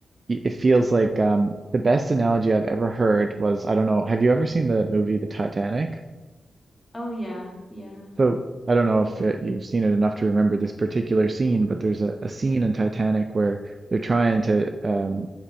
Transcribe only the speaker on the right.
y- it feels like um, the best analogy I've ever heard was I don't know, have you ever seen the movie The Titanic?
So I don't know if uh you've seen it enough to remember this particular scene, but there's a, a scene in Titanic where they're trying to um,